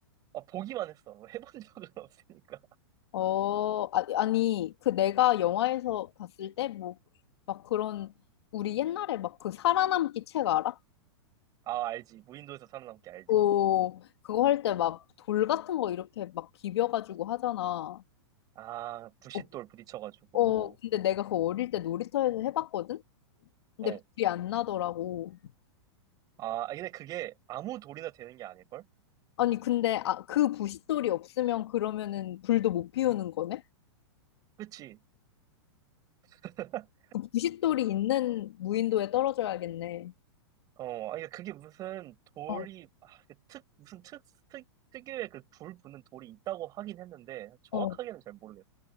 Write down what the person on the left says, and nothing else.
어, 아, 아니, 그 내가 영화에서 봤을 때, 뭐, 막 그런, 우리 옛날에 막 그 살아남기 책 알아?
오, 그거 할 때 막 돌 같은 거 이렇게 막 비벼가지고 하잖아.
어,
어, 근데 내가 그거 어릴 때 놀이터에서 해봤거든? 근데
불이 안 나더라고.
아니, 근데 아, 그 부싯돌이 없으면 그러면은 불도 못 피우는 거네?
그 부싯돌이 있는 무인도에 떨어져야겠네.
어,
어,